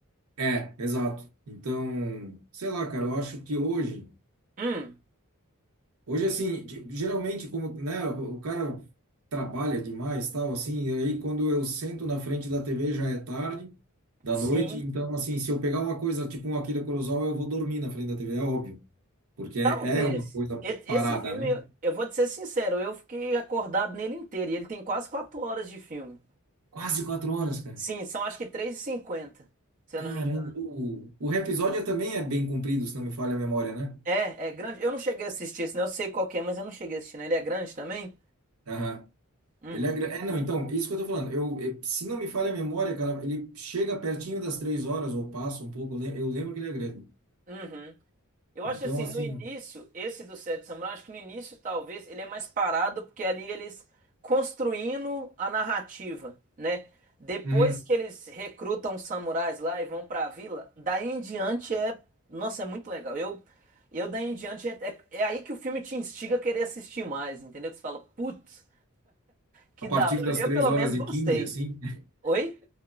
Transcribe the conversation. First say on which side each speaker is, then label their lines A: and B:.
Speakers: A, on the right; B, on the right.
A: É, exato. Então, sei lá, cara, eu acho que hoje.
B: Hum,
A: Hoje, assim, ge- geralmente, como, né, o cara trabalha demais, tal, assim, e aí quando eu sento na frente da TV já é tarde, da
B: sim.
A: noite, então, assim, se eu pegar uma coisa, tipo um Akira Kurosawa, eu vou dormir na frente da TV, é óbvio, porque é,
B: Talvez.
A: é uma coisa
B: E- Esse
A: parada,
B: filme,
A: né?
B: eu vou te ser sincero, eu fiquei acordado nele inteiro. E ele tem quase quatro horas de filme.
A: Quase quatro horas, cara.
B: Sim, são acho que três e cinquenta, se eu
A: Caramba,
B: não me engano.
A: o, o episódio é também é bem comprido, se não me falha a memória, né?
B: É, é grande. Eu não cheguei a assistir esse, né? Eu sei qual que é, mas eu não cheguei a assistir, né? Ele é grande também?
A: Aham.
B: Uhum.
A: Ele é, gra- é, não, então, isso que eu tô falando. Eu, eh, se não me falha a memória, cara, ele chega pertinho das três horas, ou passa um pouco, eu lem- eu lembro que ele é grande.
B: Uhum. Eu
A: Então,
B: acho assim,
A: assim,
B: no início, esse do Sete Samurai, acho que no início talvez ele é mais parado, porque ali eles construindo a narrativa, né? Depois
A: uhum,
B: que eles recrutam os samurais lá e vão pra vila, daí em diante é, nossa, é muito legal. Eu, eu daí em diante é, é, é aí que o filme te instiga a querer assistir mais, entendeu? Que você fala, putz, que
A: a partir
B: da hora.
A: das
B: Eu
A: 3
B: pelo
A: horas
B: menos
A: e
B: gostei.
A: 15 assim, <laughs>
B: Oi?